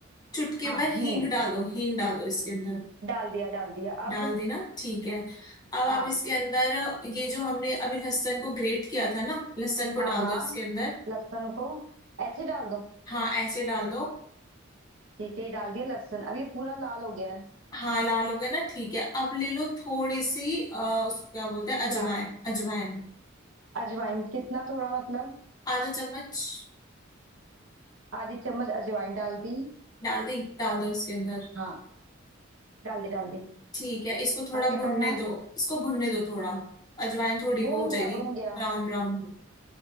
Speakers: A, on the left; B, on the right.
A: चुटकी
B: हाँ
A: भर
B: हींग
A: हींग डाल दो हींग डाल दो इसके अंदर
B: डाल दिया डाल दिया
A: डाल
B: अब
A: दी ना ठीक है अब
B: हाँ
A: आप इसके अंदर ये जो हमने अभी लहसुन को ग्रेट किया था ना लहसुन को
B: हाँ
A: डाल
B: हाँ
A: दो इसके अंदर
B: लहसुन को ऐसे ही डाल दो
A: हाँ ऐसे डाल दो
B: ठीक है ये डाल दिया लहसुन अब ये पूरा लाल हो गया है
A: हाँ लाल हो गया ना ठीक है अब ले लो थोड़ी सी आ, उसको क्या बोलते हैं अजवाइन
B: क्या
A: अजवाइन
B: अजवाइन कितना थोड़ा मतलब
A: आधा चम्मच
B: आधी चम्मच अजवाइन डाल दी
A: डाल दी डाल दो इसके अंदर
B: हाँ डाल दी डाल दी
A: ठीक है इसको थोड़ा
B: अब क्या
A: भुनने
B: करना है
A: दो इसको भुनने दो थोड़ा अजवाइन थोड़ी
B: भुन
A: वो हो
B: गया
A: जाएगी
B: भुन गया
A: ब्राउन ब्राउन